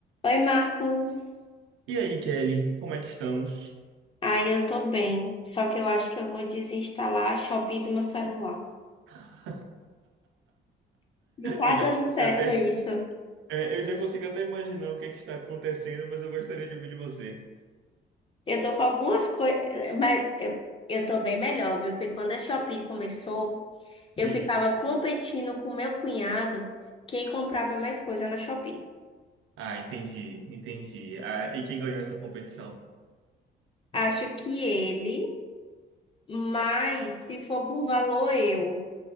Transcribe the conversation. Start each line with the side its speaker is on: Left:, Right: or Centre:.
Left: Oi, Marcos.
Right: E aí, Kelly, como é que estamos?
Left: Ai, eu tô bem. Só que eu acho que eu vou desinstalar a Shopee do meu celular.
Right: <laughs>
Left: Não tá
Right: Eu
Left: dando
Right: já consigo
Left: certo
Right: até,
Left: isso.
Right: é, eu já consigo até imaginar o que é que está acontecendo, mas eu gostaria de ouvir de você.
Left: Eu tô com algumas coisas, mas eu, eu tô bem melhor, viu? Porque quando a Shopee começou,
Right: Sim.
Left: eu ficava competindo com meu cunhado quem comprava mais coisa na Shopee.
Right: Ah, entendi, entendi. Ah, e quem ganhou essa competição?
Left: Acho que ele, mas se for por valor, eu.